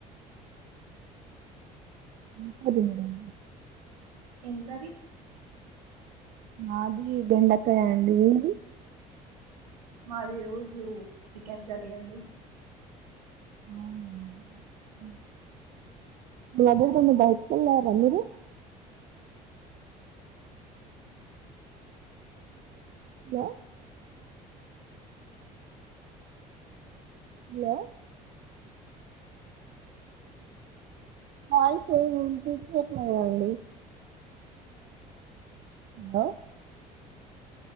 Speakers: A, on the right; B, on the right.
A: వద్దు మేడం
B: ఎం కర్రీ
A: మాది బెండకాయ అండి మీది
B: మాది ఈరోజు చికెన్ కర్రీ అండి
A: అవునా డబుల్ బెడ్ బైట్ కలార అ మీరు య హలో వాయిస్ ఏం వినిపించట్లేదండి హలో